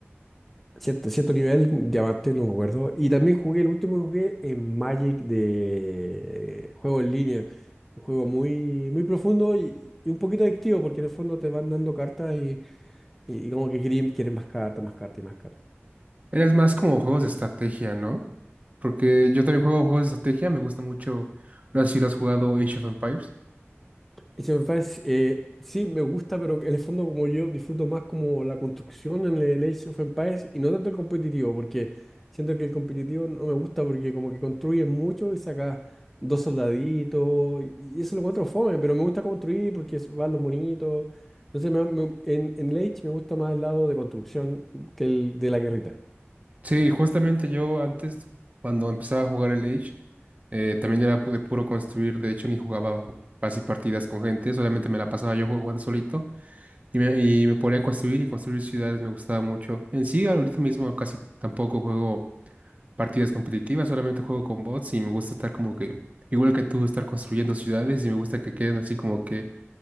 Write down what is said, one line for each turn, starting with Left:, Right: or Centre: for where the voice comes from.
Centre: Cierto, cierto nivel, diamante, no me acuerdo. Y también jugué, el último que jugué en Magic de juego en línea. Un juego muy, muy profundo y, y un poquito adictivo, porque en el fondo te van dando cartas y, y como que quieren, quieren más cartas, más cartas y más cartas.
Right: Eres más como juegos de estrategia, ¿no? Porque yo también juego juegos de estrategia, me gusta mucho, no sé si lo has jugado Age of Empires.
Centre: Age of Empires, eh, sí, me gusta, pero en el fondo como yo disfruto más como la construcción en el Age of Empires y no tanto el competitivo, porque siento que el competitivo no me gusta porque como que construyes mucho y sacas dos soldaditos y y eso lo encuentro fome, pero me gusta construir porque es- van los monitos. Entonces me- me- en, en el Age me gusta más el lado de construcción que el de la guerrita.
Right: Sí, justamente yo antes, cuando empezaba a jugar el Age, eh, también era pu- de puro construir, de hecho ni jugaba así partidas con gente, solamente me la pasaba yo jugando solito Y me, y me ponía a construir y construir ciudades me gustaba mucho. En sí, ahorita mismo casi tampoco juego partidas competitivas, solamente juego con bots y me gusta estar como que, igual que tú, estar construyendo ciudades y me gusta que queden así como que